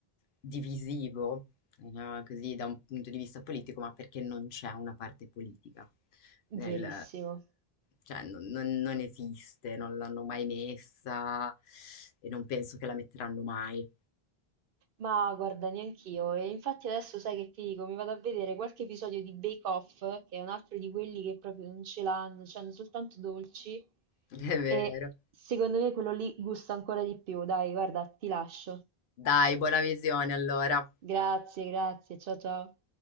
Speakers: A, on the left; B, on the right.
A: divisivo no, così da un punto di vista politico, ma perché non c'è una parte politica nel,
B: verissimo.
A: cioè, non, non- non esiste, non l'hanno mai messa e non penso che la metteranno mai.
B: Ma guarda, neanch'io. E infatti adesso sai che ti dico, mi vado a vedere qualche episodio di Bake Off, che è un altro di quelli che proprio non ce l'hanno, cioè hanno soltanto dolci.
A: <laughs> È vero.
B: E secondo me quello lì gusta ancora di più. Dai, guarda, ti lascio.
A: Dai, buona visione allora.
B: Grazie, grazie. Ciao ciao.